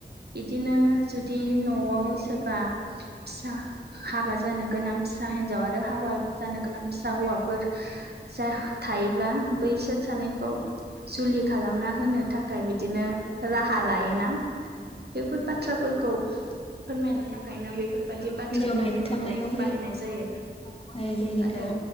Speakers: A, on the right; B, on the left.
A: बिदिनो जुदि न'आव सोर बा फिसा हाबा जानो गोनां फिसा हिनजाव आरो हाबा जानो गोनां फिसा हौवा फोर जाय थायोब्ला बैसोर सानैखौ जुलि खालामना होनो थाखाय बिदिनो राहा लायोना बेफोर
B: औ
A: बाथ्राफोरखौ फोरमायनो थाखायनो
B: औ
A: बेफोरबादि बाथ्रा
B: हिनजाव
A: भावफोरखौ
B: नायनो थांनायावहाय
A: बाहायनाय जायो
B: बाहायनाय जायो नोंथां
A: आरो
B: औ